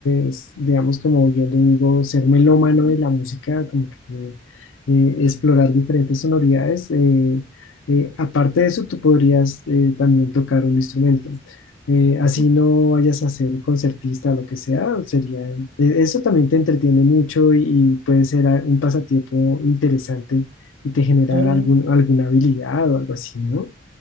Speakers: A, on the left (about 80°); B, on the right (about 75°).
A: es, digamos, como yo le digo, ser melómano de la música, como que eh, explorar diferentes sonoridades. eh, eh, aparte de eso, tú podrías eh, también tocar un instrumento eh, así
B: Mm,
A: no vayas a ser concertista o lo que sea, sería, e- eso también te entretiene mucho y, y puede ser a- un pasatiempo interesante y te genera
B: Qué lindo.
A: algún, alguna habilidad o algo así, ¿no?